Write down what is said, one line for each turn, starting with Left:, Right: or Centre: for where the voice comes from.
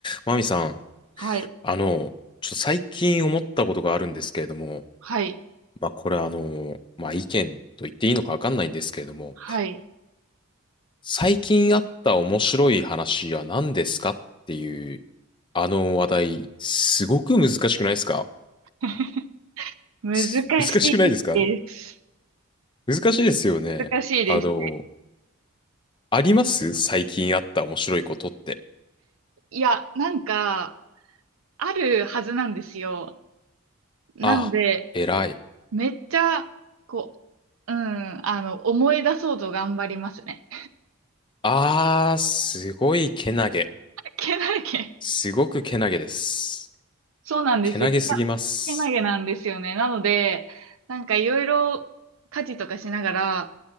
Left: マミさん、
Right: はい、
Left: あの、ちょっと最近思ったことがあるんですけれども、
Right: はい、
Left: まあこれあの、まあ意見と言っていいのかわかんないんですけれども、
Right: はい。
Left: 最近あった面白い話は何ですかっていう、あの話題、すごく難しくないですか
Right: <laughs> 難しいです。
Left: す難しくないですか難しいですよね。
Right: 難しいです。
Left: あの、あります最近あった面白いことって。
Right: いや、なんか、あるはずなんですよ。なので、
Left: あ、偉い。
Right: めっちゃ、こう、うん、あの、思い出そうと頑張りますね。
Left: あー、すごいけなげ。
Right: <laughs> けなげ。
Left: すごくけなげです。
Right: そうなんです。
Left: けなげすぎます。
Right: けな、けなげなんですよね。なので、なんかいろいろ家事とかしながら、